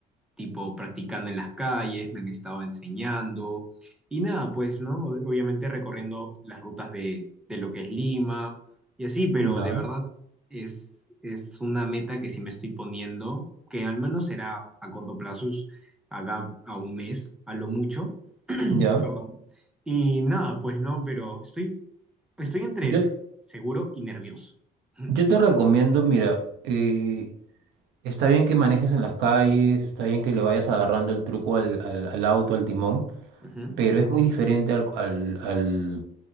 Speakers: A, in the centre; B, on the right.
A: tipo practicando en las calles, me han estado enseñando y nada, pues, ¿no? Ob- Obviamente recorriendo las rutas de, de lo que es Lima y así, pero
B: Ya.
A: de verdad es, es una meta que sí me estoy poniendo, que al menos será a corto plazo, es acá a un mes, a lo mucho,
B: Ya.
A: perdón. Y nada, pues no, pero estoy, estoy entre
B: Yo,
A: seguro y nervioso. <laughs>
B: yo te recomiendo, mira, eh, está bien que manejes en las calles, está bien que le vayas agarrando el truco al, al, al auto, al timón,
A: Ujú.
B: pero es muy diferente al, al, al